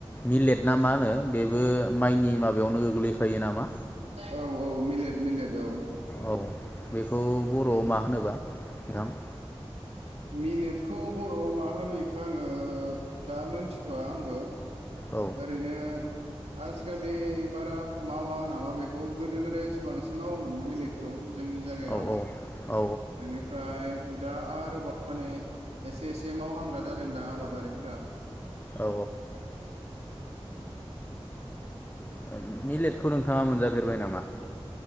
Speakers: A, on the left; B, on the right.
A: मिलेट ना मा होनो बेबो माइनि माबायावनो गोग्लैफायो नामा
B: औ औ मिलेट मिलेट औ
A: औ बेखौ बर'आव मा होनोबा नोंथां
B: मिलेटखौ बरआव मा होनो इखो आङो दा मोनथिथवा आंबो
A: औ
B: ओरैनो आजिखालि बारा मावा नामा बेखौ गोदो गोदायसो बांसिन मावोमोनलै मिलेटखौ जोंनि जायगायाव
A: औ औ
B: इनिफ्राय दा आरोबाव माने एसे एसे मावहांग्रा जादों दां आबादारिफोरा।
A: औ
B: <unintelligible>
A: <inaudible> मिलेटखौ नोंथाङा मोनजाफेरबाय नामा